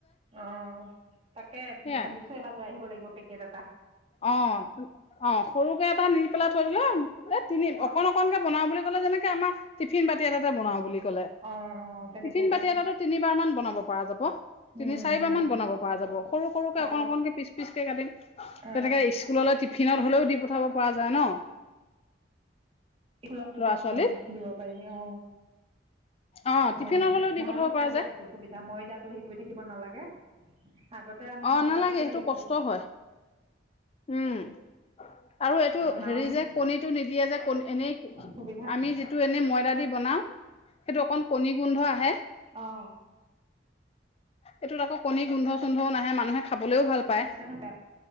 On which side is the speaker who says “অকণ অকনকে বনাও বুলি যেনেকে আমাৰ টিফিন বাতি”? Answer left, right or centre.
Left